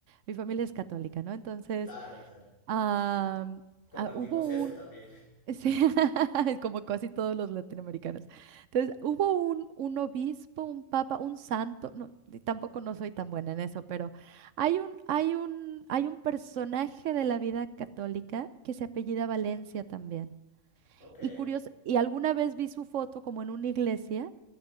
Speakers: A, on the right (about 75°); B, on the left (about 75°).
A: mi familia es católica, ¿no? Entonces,
B: Claro, claro.
A: am,
B: Compartimos
A: ah, hubo
B: eso
A: un,
B: también. <laughs>
A: <laughs> sí, <laughs> como casi todos los latinoamericanos. Entonces, hubo un, un obispo, un papa, un santo, no, y tampoco no soy tan buena en eso, pero hay un, hay un, hay un personaje de la vida católica que se apellida Valencia también.
B: Ok,
A: Y curioso, y alguna vez vi su foto como en una iglesia.